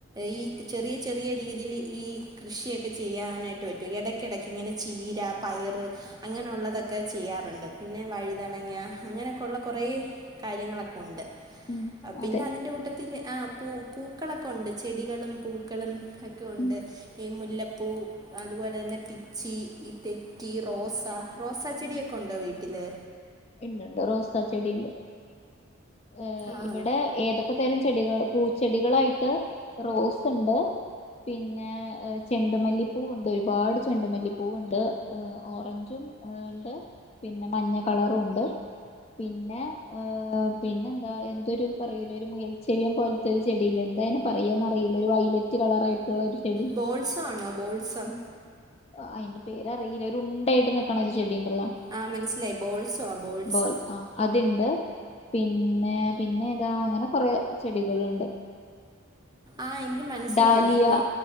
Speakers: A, on the right; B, on the left.
A: ഈ ചെറിയ ചെറിയ രീതിയിൽ. ഈ കൃഷിയൊക്കെ ചെയ്യാനായിട്ട് പറ്റും. എടക്കിട ക്ക് ഇങ്ങനെ ചീര പയറ് അങ്ങനുള്ളതൊക്കെ ചെയ്യാറുണ്ട്. പിന്നെ വഴുതനങ്ങ അങ്ങനെയൊക്കെ ഉള്ള കുറേ കാര്യങ്ങളൊക്കെ ഉണ്ട്.
B: ഉം
A: പിന്നെ
B: അതെ
A: അതിൻ്റെ കൂട്ട ത്തിൽ, ആ പൂ പൂക്കളൊക്കെ ഉണ്ട്. ചെടികളും, പൂക്കളും, ഒക്കെ ഉണ്ട്.
B: ഉം
A: ഈ മുല്ലപ്പൂ, അതുപോലെ തന്നെ പി ച്ചീ ഈ തെറ്റി റോസ. റോസാ ചെടിയൊക്കെ ഉണ്ടോ വീട്ടില്
B: ഇണ്ട് ണ്ട് റോസാ ചെടി ണ്ട്. ഏഹ്
A: ആ
B: ഇവിടെ ഏതൊക്കെ തരം ചെടികൾ പൂച്ചെടികളായിട്ട് റോസ് ഉണ്ട്. പിന്നെ ചെണ്ടുമല്ലിപ്പൂവ് ഉണ്ട്. ഒരുപാട് ചെണ്ടുമല്ലിപ്പൂവ് ഉണ്ട്. ഓറഞ്ചും ഉണ്ട് പിന്നെ മഞ്ഞ കളറുണ്ട്. പിന്നെ ഏഹ് പിന്നെ എന്താ. എന്തൊരു പറയൂലെ ഒരു മുയൽച്ചെവിയൻ പോല്ത്തെ ഒരു ചെടിയി ല്ലെ എന്താ അയിൻ പറയാന്നറിയില്ല ഒരു വൈലറ്റ് കളറയിട്ട്. ഉള്ള ഒരു ചെടി
A: ബോൾസോ ആണോ ബോൾസം
B: അതിന്റെ പേരറിയില്ല ഒരു ഉണ്ടായിട്ട് നിക്കണ ഒരു ചെടിണ്ടല്ലോ.
A: ആഹ് മനസ്സിലായി. ബോൾസോ ബോൾസം
B: ബേൾ ആ അതിണ്ട് പിന്നെ പിന്നെ ഏതാ. അങ്ങനെ കൊറെ ചെടികള് ണ്ട്.
A: ആഹ് ഇൻക്ക് മനസ്സിലായി.
B: ഡാലിയ
A: ഈ ബോ,